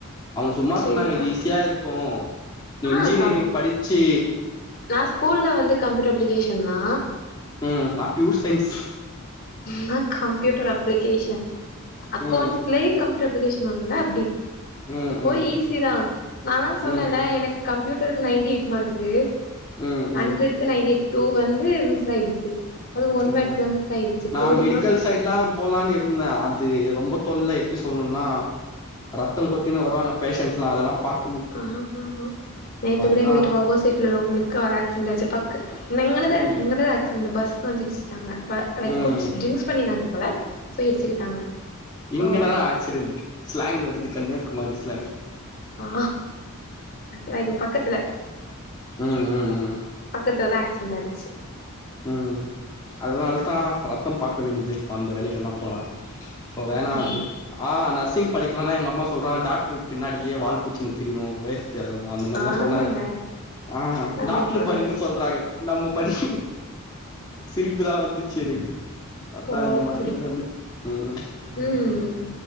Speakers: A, on the left (about 20°); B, on the left (about 45°).
A: அவுங்க சும்மா
B: சேரிதா
A: சொன்னாங்க இது ஈஸியா இருக்கு நீ
B: ஆ
A: இன்ஜினியரிங்
B: கம்
A: படிச்சி
B: நா ஸ்கூல்ல வந்து கம்ப்யூட்டர் அப்ளிகேஷன்தா
A: ம் நா பியூர் சைன்ஸ்
B: நாலா கம்ப்யூட்டர் அப்ளிகேஷன் அக்கௌண்ட்ஸ்லயே
A: ம்
B: கம் அப்ளிகேஷன் வரும்ல அப்டி
A: ம்
B: போய்
A: ம்
B: ஈஸிதா நாதா சொன்னல
A: ம்
B: எனக்கு கம்ப்யூட் டருக்கு நைன்டி எயிட் மார்க்கு
A: ம் ம்
B: ஹண்ட்ரடுக்கு நைன்டி எய்ட் டூ வந்து மிஸ் ஆய்டுச்சு அதுவு ஒன்
A: ம்
B: வொட்ஸ்ல மிஸ் ஆய்டுச்சு
A: நா
B: கோடிங்லா
A: மெடிக்கல் சைட்லா போலான் இருந்தே அது ரொம்ப தொல்ல எப்டி சொல்ணுனா ரத்தோ கொட்டினு வருவாங்க பேஷண்ட்லா அதல்லா பாக்
B: ஆமா ஆமா நேத்துக்குட
A: அதா
B: எங்க வீட்டுக்கு ஆப்போசிட்ல உள்ளோங்ளுக்கு ஆக்சிடெட் ஆச்சு பக்கு தா இங்கனதாருக்கு
A: ம்
B: இங்கனதா ஆக்சிடெட்டு பஸ் வந்து இடிச் டாங்க ப லைக்
A: ம்
B: குடிச் ட்ரிங்க்ஸ் பண்ணிருந்தாங்க போல சோ இடிச்சுக்குட்டாங்க
A: ம்
B: சோ
A: இங்கனதா ஆக்சிடென்ட் ஸ்லாங் வருது கன்னியாகுமாரி ஸ்லாங்
B: ஆ லைக்
A: ம்
B: பக்கத்துல
A: ம் ம் ம்
B: பக்கத்துலதா ஆக்சிடெண்ட் ஆய்டுச்சு
A: ம் அதனாலதா ரத்தோ பாக்க வேண்டியது இருக்கு அந்த வேலைக்கல்லா போனா சோ வேணா
B: ம்
A: அது ஆ நர்சிங் படிக்கலானா எங்க அம்மா சொல்றாங்க டாக்ட்ருக்கு பின்னாடியே வால் புச்சனு திரிணு வேஸ்ட் எல்லா அந்த மாரில்லா
B: ஆமாங்க
A: சொன்னாங்க ஆ
B: அது
A: டாக்ருக்
B: உண்மதா
A: படின்னு சொல்றாங்க நம்ம படி சிரிப்புதா வந்துச்சு எனக்கு அதா
B: போ
A: இந்த
B: அப்புடி
A: மாரி அது வந்து ம் ம்
B: ம்